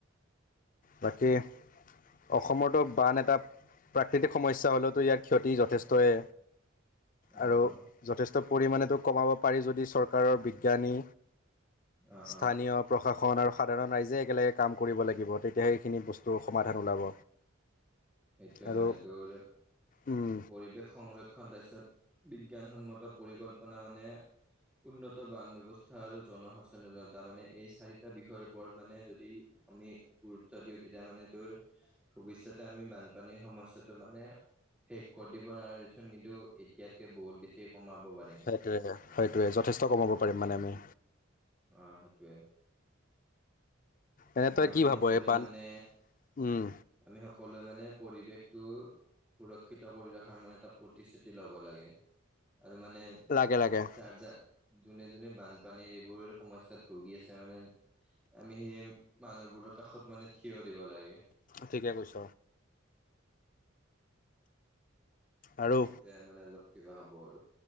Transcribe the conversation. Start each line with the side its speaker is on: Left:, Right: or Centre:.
Left: বাকী অসমতো বান এটা প্ৰাকৃতিক সমস্যা হ'লেওতো, ইয়াৰ ক্ষতি যথেষ্টই।
Centre: আহ
Left: আৰু যথেষ্ট পৰিমাণেতো কমাব পাৰি যদি চৰকাৰৰ বিজ্ঞানী
Centre: অ
Left: স্থানীয়
Centre: অ
Left: প্ৰশাসন আৰু সাধাৰণ ৰাইজে একেলগে কাম কৰিব লাগিব, তে তেতিয়াহে সেইখিনি বস্তুৰ সমাধান ওলাব।
Centre: সেইটোয়ে
Left: আৰু
Centre: মানে তোৰ,
Left: উম
Centre: পৰিৱেশ সংৰক্ষণ তাৰছত বিজ্ঞানসন্মত পৰিকল্পনা মানে উন্নত বান ব্যৱস্থা আৰু জন সচেতনতা, মানে এই চাৰিটা বিষয়ৰ ওপৰত মানে যদি আমি গুৰুত্ব দিও, তেতিয়া মানে তোৰ ভৱিষ্যতে আমি বান বানপানীৰ সমস্যাটো মানে শেষ কৰি দিব নোৱাৰিচোন, কিন্তু এতিয়াতকে বহুত বেছি কমাব পাৰিম
Left: সেইটোৱে, সেইটোৱে যথেষ্ট কমাব পাৰিম মানে আমি।
Centre: অ সেইটোয়ে
Left: এনে
Centre: মানে
Left: তই
Centre: আমি
Left: কি ভাব
Centre: সকলোৱে
Left: এই বান
Centre: মানে,
Left: উম
Centre: আমি সকলোৱে মানে টো, সুৰক্ষিত কৰি ৰখাৰ মানে এটা প্ৰতিশ্ৰুতি লব লাগে। আৰু মানে
Left: লাগে লাগে
Centre: চাৰ্জাৰ। যোনে যোনে বানপানীৰ এইবোৰ সমস্যাত ভুগি আছে মানে আমি সেই মানুহবোৰৰ কাষত মানে থিয় দিব লাগে।
Left: ঠিকে কৈছ। আৰু
Centre: তেতিয়াহে মানে অলপ কিবা হ'ব আৰু।